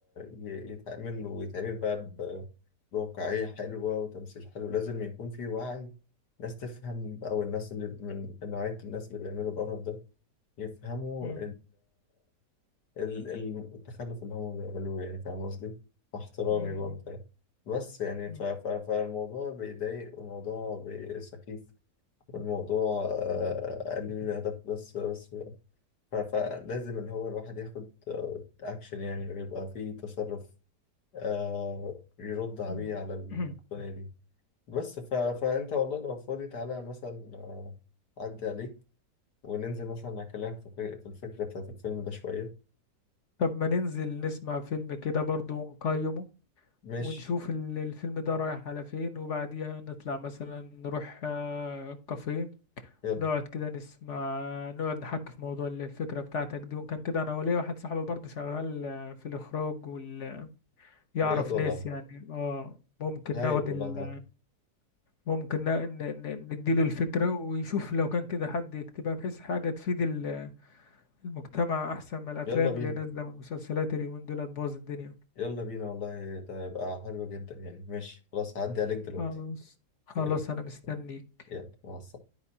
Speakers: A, on the left (about 75°); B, on the left (about 50°).
A: ي- يتعمل ويتعمل بقى ب- بواقعية حلوة وتمثيل حلو لازم يكون في وعي ناس تفهم أو النوع- الناس اللي من من نوعية الناس اللي بيعملوا القرف ده يفهموا
B: مم.
A: ال- ال- التخلف اللي هم بيعملوه يعني فاهم قصدي؟ مع احترامي
B: مم.
A: برضه يعني بس يعني
B: مم.
A: ف ف فالموضوع بيضايق والموضوع بي- سخيف والموضوع آه، قليل الهدف بس بس ف فلازم اللي هو الواحد ياخد اكشن يعني ويبقى فيه تصرف آه يرد بيه
B: مم.
A: على الدنيا
B: مم. <clears throat>
A: دي بس ف فانت والله لو فاضي تعالى مثلا آه، أعدي عليك وننزل مثلا أكلمك في في الفكرة بتاعت الفيلم ده شوية
B: طب ما ننزل نسمع فيلم كده برضو ونقيمه
A: ماشي
B: ونشوف ال- الفيلم ده رايح على فين وبعديها نطلع مثلا نروح آه، كافيه
A: يلا
B: نقعد كده نسمع نقعد نحكي في موضوع ال- الفكرة بتاعتك دي وإن كان كده أنا وليا واحد صاحبي برضه شغال آه، في الإخراج وال... يعرف
A: بجد والله
B: ناس يعني اه ممكن
A: هايل
B: ناخد
A: والله
B: ال...
A: هايل
B: ممكن ن... ن... ن- نديله الفكرة ويشوف لو كان كده حد يكتبها بحيث حاجة تفيد ال- المجتمع أحسن من الأفلام
A: يلا بينا
B: اللي نازلة والمسلسلات اليومين دول هتبوظ الدنيا
A: يلا بينا والله ده هيبقى حلو جدا يعني ماشي خلاص هعدي عليك دلوقتي
B: خلاص خلاص
A: يلا
B: أنا مستنيك
A: يلا مع السلامة